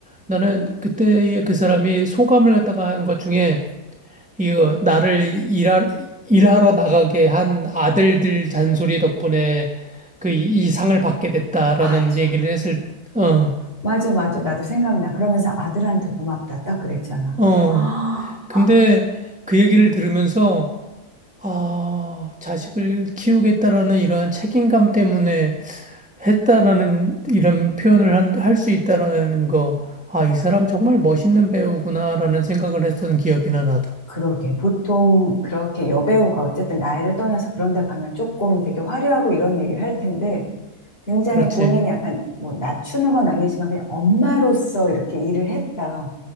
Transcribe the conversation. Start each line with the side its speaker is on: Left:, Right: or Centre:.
Centre: 나는 그때에 그 사람이 소감을 갖다가 한 것 중에 이거 나를 일하, 일하러 나가게 한 아들들 잔소리 덕분에 그 이 상을 받게 됐다라는
Left: 맞아.
Centre: 얘기를 했을 어,
Left: 맞아, 맞아. 나도 생각나. 그러면서 아들한테 고맙다. 딱 그랬잖아.
Centre: 어.
Left: <gasps> 아,
Centre: 근데 그 얘기를 들으면서 아, 자식을 키우겠다라는 이러한 책임감 때문에 했다라는 이런 표현을 할 수 있다라는 거. 아, 이 사람 정말 멋있는 배우구나라는 생각을 했던 기억이나 나도.
Left: 그러게. 보통 그렇게 여배우가 어쨌든 나이를 떠나서 그런 데 가면 조금 되게 화려하고 이런 얘기를 할 텐데, 굉장히
Centre: 그렇지.
Left: 본인이 약간 뭐 낮추는 건 아니지만 그냥 엄마로서 이렇게 일을 했다.